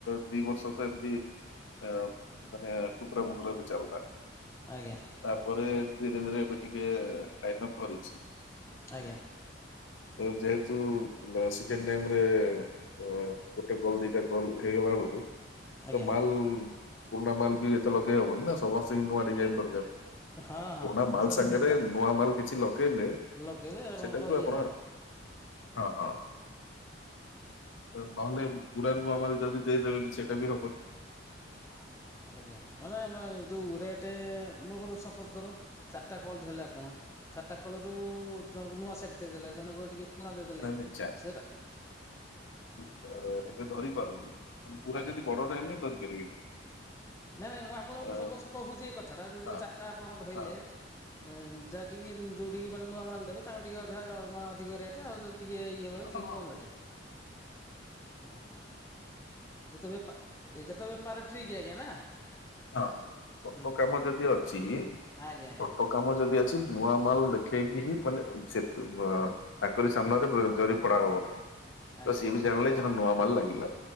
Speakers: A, on the left (about 85°); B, on the left (about 15°).
A: ଦି ବର୍ଷ ତ ଏମତି ଆ, ମାନେ ଟୁକୁରା ମୁକୁରା ବି ଚାଲଲା।
B: ଆଜ୍ଞା।
A: ତାପରେ ଧୀରେ ଧୀରେ ଏବେ ଟିକେ ଲାଇନ୍ ଅପ୍ ଧରିଛି।
B: ଆଜ୍ଞା।
A: ତ ଯେହେତୁ ଲ-ସଜିନ୍ ଟାଇମ୍ ରେ କଣ ଗୋଟେ କଲ୍ ଦିଟା କଲ୍ ହେଇଗଲା ବେଳକୁ
B: ଆଜ୍ଞା
A: ତ ମାଲ ପୁରୁଣା ମାଲ ବି ଏତେ ଲଗେଇ ହବନି ନା ସମସ୍ତିଙ୍କି ନୂଆ ଡିଜାଇନ୍ ଦରକାର।
B: ହଁ ହଁ
A: ପୁରୁଣା
B: ତ
A: ମାଲ
B: ସେ
A: ସାଙ୍ଗରେ
B: ସତ କଥା
A: ନୂଆ ମାଲ କିଛି ଲଗେଇଲେ
B: ଲଗେଇଲେ ଆପଣଙ୍କର
A: ସେଟାକୁ ଆପଣ
B: <unintelligible>
A: ହଁ, ହଁ। ଏ ନହେଲେ ପୁରା ନୂଆ ମାଲ ଯଦି ଦେଇଦେବେ ବି ସେଟା ବି ହବନି।
B: ହଁ, ହଁ। ଆଜ୍ଞା ମାନେ ମାଏ ଯୋଉ ରେଟେ ମୁଁ କହୁଚ ସପୋଜ୍ ଧର ଚାରଟା କଲ୍ ଧଇଲେ ଆପଣ ଚାଟା କଲ୍ ରୁ ଜଣଙ୍କୁ ନୂଆ ସେଟ୍ ଦେଇଦେଲେ। ଜଣଙ୍କୁ ଓ ଟିକେ ପୁଣା ଦେଇଦେଲେ
A: ନାଇଁ ନାଇଁ
B: ସେଟା
A: ଅ, ଏବେ ଧରି ପାରୁନି। ଏ ମୁଁ ପୁରା
B: ଆଜ୍ଞା
A: ଯଦି ବଡରେ ହେନେ ଧରି ପାରିବିନି।
B: ନାଇଁ ନାଇଁ ମୁଁ ଆପଣଙ୍କୁ
A: ହଁ
B: ସପୋଜ୍ କହୁଛି ଏଇ କଥା ଟା। ଯଦି
A: ହଁ
B: ଚାଟା ଆପଣଙ୍କ ଧଇଲେ
A: ହଁ।
B: ଏନ୍ ଯା ଟିକି ଇନ୍ ଯୋଉଠିକି ମାନେ ନୂଆ ମାଲ ଦେବେ ତାଙ୍କ ଟିକେ ଅଧାୟ ମାନେ ଅଧିକ ରେଟେ। ଆଉ ଯଦି ଟିକେ ଇଏ
A: ହଁ
B: ବାଲା ଟିକେ
A: ହଁ
B: କମ୍ ରେଟେ? ହଁ, ହଁ, ଇଏ ତ ବେପା ଏ, ଏ, ଏଇଟା ତ ବେ ପାରାଟ୍ରିକ୍ ଆଜ୍ଞା ନା?
A: ହଁ, ହଁ, ଫଟୋ
B: ହଁ
A: କାମ ଯଦି ଅଛି,
B: ଆଜ୍ଞା ଆଜ୍ଞା।
A: ଫଟୋ କାମ ଯଦି ଅଛି ନୂଆ ମାଲ ଦେଖେଇକି ହିଁ ମାନେ ସେ <unintelligible> ଚାକରି ସାମ୍ନାରେ ବୋ-ଜରି ଫଡା ହବ।
B: ଆଜ୍ଞା
A: ତ ସିଏ ବି ଜାଣିଲେ ଯେ ହଁ ନୂଆ ମାଲ ଲାଗିଲା।